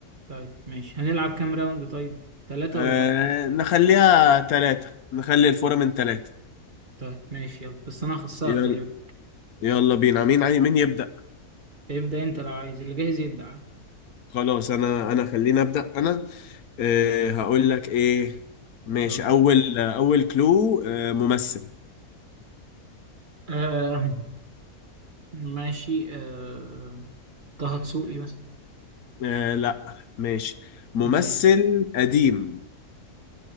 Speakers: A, on the right; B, on the left.
A: طيب ماشي هنلعب كام راوند طيب ثلاثة
B: آه
A: ولا
B: نخليها ثلاثة نخلي الفورة من ثلاثة
A: طيب ماشي يلا بس انا هخسرك
B: يلا
A: خلي بالك
B: يلا بينا مين عاي... مين يبدأ
A: ابدأ انت لو عايز اللي جاهز يبدأ عادي.
B: خلاص انا انا خليني أبدأ انا آه هقول لك ايه ماشي
A: يلا
B: اول اول كلو آه ممثل
A: آه ماشي آه طه دسوقي مثلا
B: آه لا ماشي ممثل
A: تمام
B: قديم